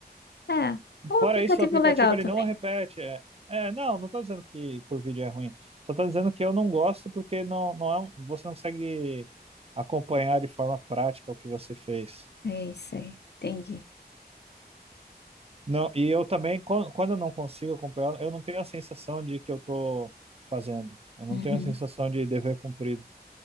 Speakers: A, on the left; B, on the right.
A: É,
B: E
A: um
B: fora
A: aplicativo
B: isso, o aplicativo
A: legal
B: ele
A: também.
B: não repete. É, é, não, não tô dizendo que por vídeo é ruim. Só tô dizendo que eu não gosto porque não, não é, um- você não consegue acompanhar de forma prática o que você fez.
A: Sei, sei. Entendi.
B: Não, e eu também, quan- quando eu não consigo acompanhar, eu não tenho a sensação de que eu tô fazendo. Eu não
A: Uhum,
B: tenho a sensação de dever cumprido.